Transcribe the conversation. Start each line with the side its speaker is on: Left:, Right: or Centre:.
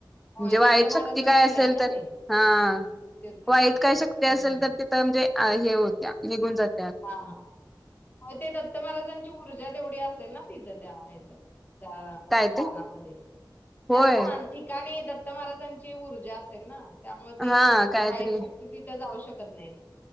Left: होय,
Centre: म्हणजे वाईट
Left: दत्त महाराजांचं
Centre: शक्ती काय
Left: हे
Centre: असेल
Left: आहे ना
Centre: तर
Left: ते
Centre: हा
Left: तीर्थक्षेत्र.
Centre: वाईट काय शक्ती असेल
Left: हं.
Centre: तर तिथं म्हणजे, अ हे होत्या निघून जातात.
Left: हा हा हो ते दत्त महाराजां ची ऊर्जा तेवढी असेल ना! तिथं त्या ह्याच्यात त्या
Centre: काय
Left: स्थानामध्ये
Centre: ते
Left: त्या
Centre: होय
Left: स्थान ठिकाणी आता महाराजांची ऊर्जा असेल ना? त्यामुळे ती
Centre: हा कायतरी
Left: वाईट शक्ती तिथे जाऊन शकते. शकत नाहीत.